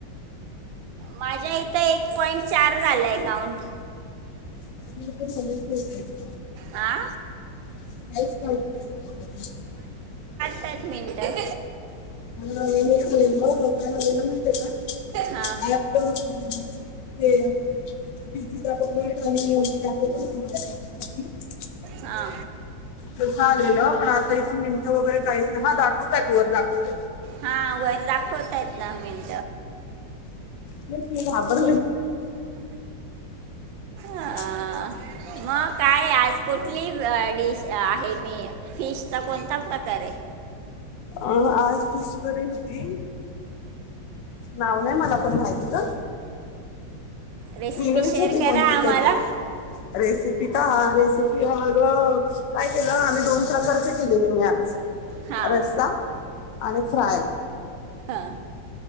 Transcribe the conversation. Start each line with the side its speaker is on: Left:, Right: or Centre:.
Right: माझ्या इथं एक पॉइंट चार झालं अकाउंट
Left: <unintelligible>
Right: आ
Left: <unintelligible>
Right: बॅडमिंटन.
Left: <unintelligible> <unintelligible>
Right: हां
Left: <unintelligible>
Right: हा,
Left: तर झालेलं पण आता इथून नेमटं वगैरे काहीच हा दाखवतय वर दाखवत.
Right: हा वर दाखवताय आहेत ना मीन
Left: तेच म आबर <inaudible>
Right: अं, मग काय आज कुठली डिश आहे मी फिशचा कोणता प्रकार आहे.
Left: अ आज फिशवररी होती. नाव नाही मला पण माहिती ग
Right: रेसिपी
Left: मघच
Right: शेअर
Left: होते
Right: करा
Left: कोणतीरी
Right: आम्हाला
Left: रेसिप का रे अगं काय केलं आम्ही दोन प्रकारचे केलेले मी आज.
Right: हां
Left: रस्सा आणि फ्राय.
Right: हा.